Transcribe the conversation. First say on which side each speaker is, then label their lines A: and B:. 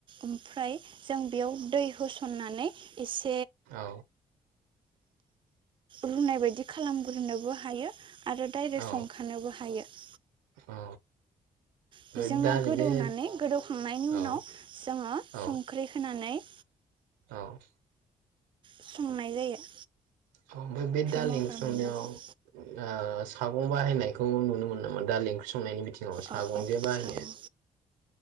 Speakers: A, on the right; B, on the right.
A: ओमफ्राय जों बेयाव दै होस। <inaudible> नानै एसे। <inaudible>
B: औ
A: रुनाय बायदि खालामग्रोनोबो हायो। <inaudible> आरो डायरेक्ट
B: औ
A: संखानोबो हायो। <inaudible>
B: औ
A: बेजोंनो
B: औ दा
A: गोदौनानै
B: बे
A: गोदौखांनायनि उनाव
B: औ
A: जोङो
B: औ
A: संख्रि होनानै। <inaudible>
B: औ।
A: संनाय जायो। <inaudible>
B: औ ओमफ्राय बे दालि
A: महर
B: ओंख्रि संनायाव
A: मोननाय जायो
B: सागं बाहायनायखौ नुनो मोनो नामा दालि ओंख्रि संनायनि बिथिङाव सागं
A: औ
B: जे बाहायो।
A: साम'